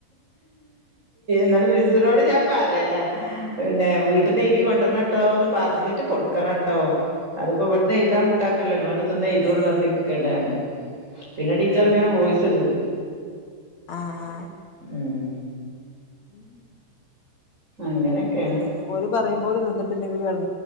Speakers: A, on the right; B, on the left.
A: ന്നട്ട് മിസ്സിനോട് ഞാം പറേലാ പിന്നെ വീട്ട്ന്ന് എയ്തി കൊ പറട്ടോ എന്ന് പറഞ്ഞിട്ട് കൊടുക്കണം കേട്ടോ അതിപ്പോ ഇവിടുന്ന് എഴുതാൻ കൂട്ടാക്കൂല്ല നിങ്ങളുടെ അടുത്ത് നിന്ന് എഴുതൊള്ളൂ ന്ന് പറഞ്ഞു ക്കാണ് പിന്നെ ടീച്ചർ ഇങ്ങനെ വോയിസ് ഇടും
B: ആഹ് ആഹ്
A: ഉം
B: മ്
A: അങ്ങനെയൊക്കെയാണ്
B: ഓന് പറയും പോലെ നിന്നിട്ടില്ലെങ്കിൽ ഇവടെ